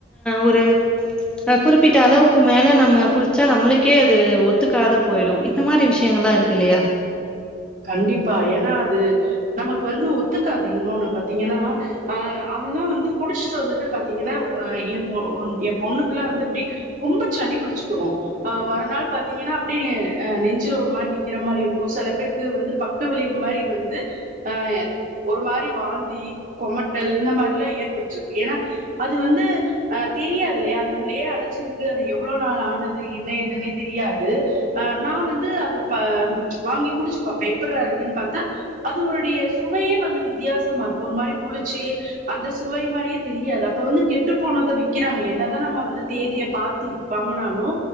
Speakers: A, in the centre; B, on the right (about 40°).
A: ஒரு குறிப்பிட்ட அளவுக்கு மேலே நம்ம குடிச்சா நம்மளுக்கே அது ஒத்துக்காத போயிடும் இந்த மாதிரி விஷயங்கள்ல்லாம் இருக்கு இல்லையா
B: கண்டிப்பா ஏன்னா அது நமக்கு வந்து ஒத்துக்காது இன்னொன்னு பாத்தீங்கன்னா அஹ் அதெல்லாம் வந்து குடிச்சுட்டு வந்துட்டு பாத்தீங்கன்னா அஹ் என் பொ என் பொண்ணுக்கெல்லாம் வந்து அப்படி ரொம்ப சளிபுடிச்சுக்கும் ஆஹ் மறுநாள் பாத்தீங்கன்னா அப்படி அஹ் நெஞ்சில ஒரு மாதிரி நிக்கிற மாறி இருக்கும் சில பேரு க்கு வந்து பக்க விளைவு மாரி வந்து ஆஹ் ஒரு மாரி வாந்தி கொமட்டல் இந்த மாதிரிலாம் ஏற்பட்டிருக்கு ஏன்னா அது வந்து அஹ் தெரியாது இல்லையா அது உள்ளயே அடைச்சிருக்கு அது எவ்வளவு நாள் ஆனது என்ன எதுன்னே தெரியாது ஆஹ் நான் வந்து அத வாங்கி குடிச்சுப்பாப்பேன் எப்பரா இருக்குன்னு பார்த்தா அது ஒருடைய சுவையே வந்து வித்தியாசமா இருக்கும் ஒரு மாரி புளிச்சு அந்த சுவை மாதிரியே தெரியாது அப்ப வந்து கெட்டு போனதை விக்கிறாங்க என்னதான் நம்ம வந்து தேதியை பார்த்து வாங்கினாலும்